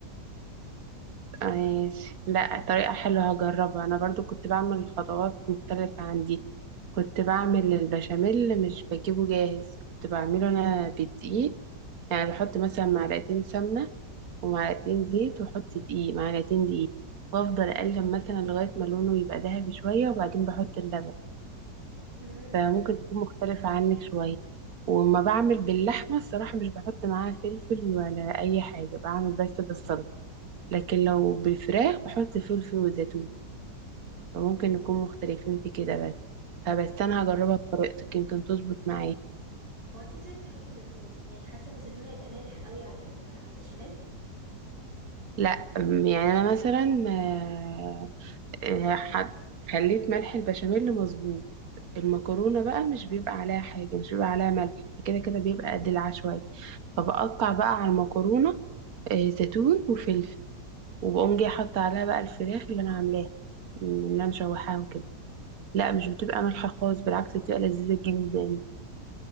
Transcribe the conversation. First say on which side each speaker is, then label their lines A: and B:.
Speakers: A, on the right (about 60°); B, on the right (about 75°).
A: ماشي لا طريقة حلوة هجربها انا برضو كنت بعمل خطوات مختلفة عن دي كنت بعمل البشاميل مش بجيبه جاهز كنت بعمله انا بالدقيق يعني بحط مثلا معلقتين سمنة ومعلقتين زيت واحط دقيق معلقتين دقيق وافضل اقلب مثلا لغاية ما لونه يبقى ذهبي شوية وبعدين بحط اللبن
B: امم
A: فممكن تكون مختلفة عنك شوية وما بعمل باللحمة الصراحة مش بحط معاها فلفل ولا اي حاجة بعمل بس بالصلصة لكن لو بالفراخ بحط فلفل وزيتون فممكن نكون مختلفين في كده بس فبس انا هجربها بطريقتك يمكن تظبط معايا
B: هو انت ازاي بتحطي زيتون يعني حاسة ان الزيتون هيبقى مالح قوي على ال- على البشاميل
A: لا أم، يعني انا مثلا آه، آه، ح- خليت ملح البشاميل مظبوط المكرونه بقى مش بيبقى عليها حاجه مش بيبقى عليها ملح كده كده بيبقى دلع شويه فبقطع بقى على المكرونه آه، زيتون وفلفل وبقوم جاي حاطه عليها بقى الفراخ اللي انا عاملاها م، اللي انا مشوحاها وكده لا مش بتبقى مالحه خالص بالعكس بتبقى لذيذه جدا